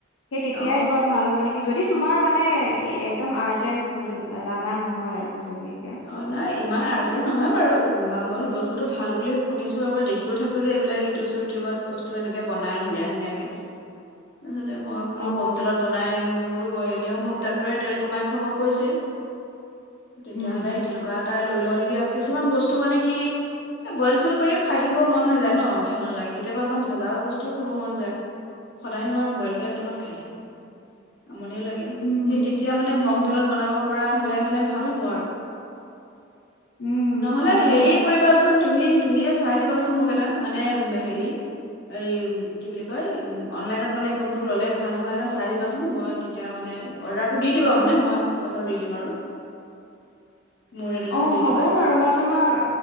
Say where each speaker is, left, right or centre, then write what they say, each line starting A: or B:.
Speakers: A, on the left; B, on the left.
A: সেই তেতিয়াই
B: অ
A: লোৱা ভাল হ'ব নেকি যদি তোমাৰ মানে একদম আৰ্জেন্ট লগা নহয় আৰু যদি এতিয়া
B: অ নাই ইমান আৰ্জেন্ট নহয় বাৰু, মই বোলো বস্তুটো ভাল বুলি শুনিছো আৰু বাৰ দেখিও থাকো যে এইবিলাক ইউটিউব চিও টিউবত বস্তু এনেকে বনাই ধুনীয়া ধুনীয়া কে। তাৰপিছতে মই বোলো
A: অ
B: কম তেলত বনাই মই বোলো ক এনেও মোক ডাক্তৰে তেল কমাই খাব কৈছেই।
A: উম
B: তেতিয়া হলে সেই তেনেকুৱা এটাই লৈ লওঁ নেকি, আৰু কিছুমান বস্তু মানে কি এই বইল চইল কৰিও খায় থাকিব মন নাযায় ন, ভাল নালাগে কেতিয়াবা অকণ ভজাও বস্তুও খাব মন যায়। সদায়নো আৰু বইল বিলাক কিমান খায় থাকিম। আমনিয়ে লাগে,
A: উম
B: সেই তেতিয়া মানে
A: উম
B: কম তেলত বনাব পৰা হ'লে মানে ভাল হ'ব আৰু।
A: উম
B: নহলে
A: হয়
B: হেৰি কৰিবাচোন তুমি তুমিয়ে চাই দিবাচোন মোক এটা, মানে হেৰি এই কি বুলি কয় অনলাইনত মানে কোনটো ল'লে ভাল হ'বা এটা চাই দিবাচোন, মই তি তিয়া মানে অৰ্ডাৰটো দি দিবা মানে, মই পইচাটো দি দিম আৰু। মোৰ এড্ৰেছত
A: অঁ
B: দি
A: হ'ব
B: দিবা
A: বাৰু মই তোমাক